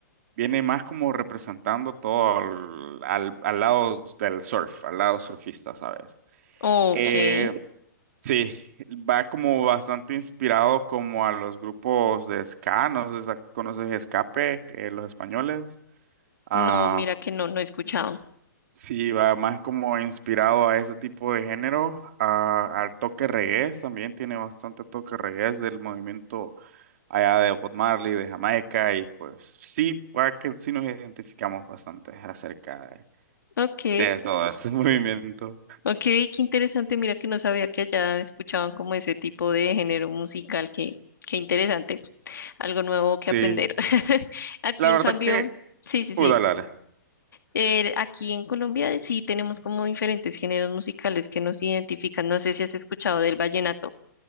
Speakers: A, on the right; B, on the left.
A: viene más como representando todo al, al- al lado del surf, al lado surfista, ¿sabes?
B: ok.
A: Eh, sí, va como bastante inspirado como a los grupos de ska, no sé si conoces Escape, eh, los españoles. ah,
B: No, mira que no, no he escuchado.
A: Sí, va más como inspirado a ese tipo de género, a- al toque reggae, también tiene bastante toque reggae del movimiento allá de Bob Marley, de Jamaica, y pues sí, puede que sí nos identificamos bastante acerca de,
B: Ok,
A: de todo ese <laughs> movimiento.
B: ok, qué interesante. Mira que no sabía que allá escuchaban como ese tipo de género musical. Qué, qué interesante. Algo nuevo
A: Sí,
B: que aprender. <laughs> Aquí
A: la
B: en
A: verdad
B: cambio,
A: que,
B: sí, sí,
A: uy,
B: sí.
A: dale, dale,
B: Eh, aquí en Colombia sí tenemos como diferentes géneros musicales que nos identifican. No sé si has escuchado del vallenato.